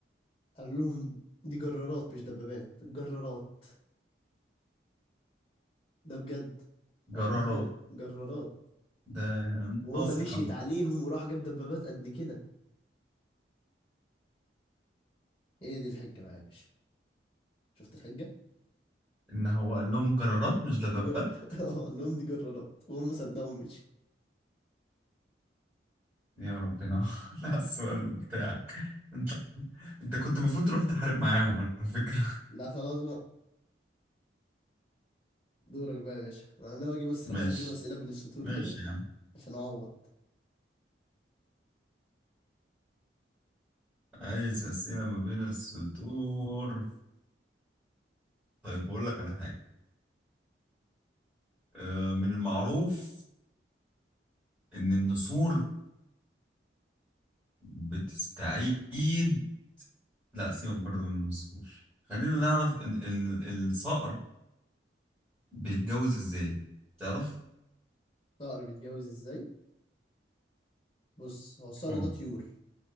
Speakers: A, on the left; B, in the centre.
A: قال لهم دي جرارات مش دبابات جرارات ده بجد قال
B: جرارات
A: لهم كده جرارات
B: ده
A: وهم
B: ناصح
A: مشيت
B: قوي
A: عليهم وراح جاب دبابات قد كده هي دي الحجة بقى يا باشا شفت الحجة
B: ان هو قال لهم جرارات مش دبابات
A: دي جر <laughs> آه، قال لهم دي جرارات وهم صدقوا مشي
B: يا ربنا <laughs> لا السؤال بتاعك انت انت كنت المفروض تروح تحارب معاهم على فكرة
A: لا خلاص بقى دورك بقى يا باشا انا ناوي اجيب
B: <laughs>
A: الصراحة
B: ماشي
A: اجيب اسئلة بين السطور
B: ماشي
A: كده
B: يا عم
A: عشان اعوض
B: عايز أسئلة ما بين السطور طيب بقول لك على حاجة آه، من المعروف ان النسور بتستعيد لا سيبك برضه من النسور خلينا نعرف ان إن الصقر بيتجوز ازاي تعرف
A: صقر بيتجوز ازاي بص هو الصقر
B: اه
A: ده طيور